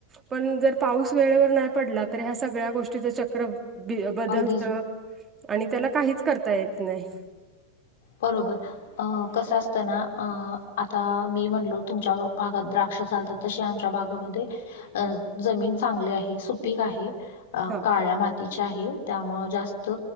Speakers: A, on the right; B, on the left.
A: पण जर पाऊस वेळेवर नाही पडला तर ह्या सगळ्या गोष्टीच चक्र बदलतं
B: अगदीच
A: आणि त्याला काहीच करता येत नाही
B: बरोबर. अह कसं असतना अह आता मी म्हणलो तुमच्या भागात द्राक्ष चालतात तशी आमच्या भागामध्ये अह जमीन चांगली आहे सुपीक आहे
A: हा
B: काळ्या माती तेच आहे त्यामुळे जास्त